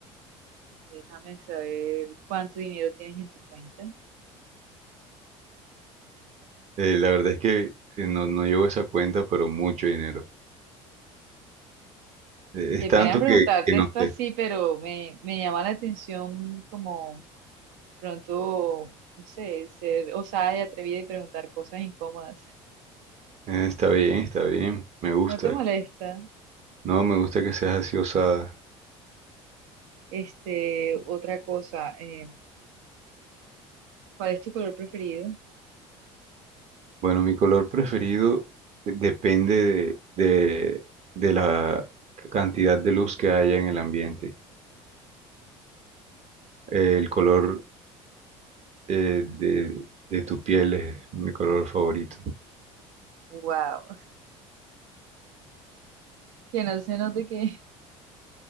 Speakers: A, on the right; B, on the right.
A: déjame saber cuánto dinero tienes en tu cuenta.
B: Eh, la verdad es que eh, no, no llevo esa cuenta, pero mucho dinero. Eh, es
A: Qué
B: tanto
A: pena preguntarte
B: que, que no
A: esto
B: sé.
A: así, pero me, me llama la atención como pronto, no sé, ser osada y atrevida y preguntar cosas incómodas.
B: Eh, está bien, está bien, me gusta.
A: No te molesta.
B: No, me gusta que seas así osada.
A: Este, otra cosa, eh, ¿Cuál es tu color preferido?
B: Bueno, mi color preferido depende de, de- de la cantidad de luz que haya en el ambiente. El color eh, de, de tu piel es mi color favorito.
A: Wow. Que no se note que,